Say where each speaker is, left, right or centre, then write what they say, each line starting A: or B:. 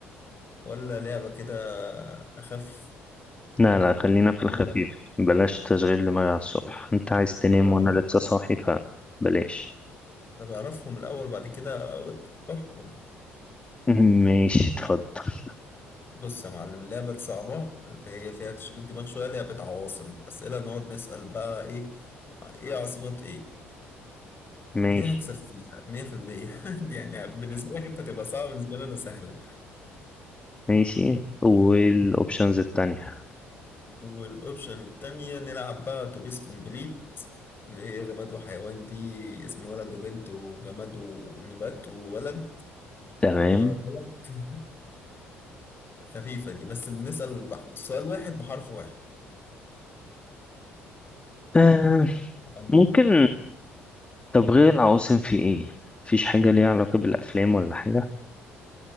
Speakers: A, on the left; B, on the left.
A: ولا لعبة كده أخف
B: لا لا خلينا في الخفيف
A: ولا
B: بلاش تشغيل دماغ على الصبح أنت عايز تنام
A: طب أعرف
B: وأنا لسه صاحي فبلاش
A: طب أعرفهم الأول وبعد كده أقول- أحكم
B: <laughs> ماشي اتفضل
A: بص يا معلم اللعبة الصعبة اللي هي فيها تشغيل دماغ شوية لعبة عواصم أسئلة نقعد نسأل بقى إيه إيه عاصمة إيه
B: ماشي
A: ودي هكسب فيها 100% <laughs> يعني بالنسبة لك انت تبقى صعبة بالنسبة لي انا سهلة
B: ماشي والأوبشنز التانية
A: والاوبشن التانية نلعب بقى اتوبيس كومبليت اللي هي جماد وحيوان دي اسم ولد وبنت وجماد ونبات وولد
B: تمام
A: وبلد <laughs> خفيفة دي بس بنسأل بح... سؤال واحد بحرف واحد
B: آه
A: يعني
B: ممكن طب غير العواصم في إيه؟ مفيش حاجة ليها علاقة بالأفلام ولا حاجة؟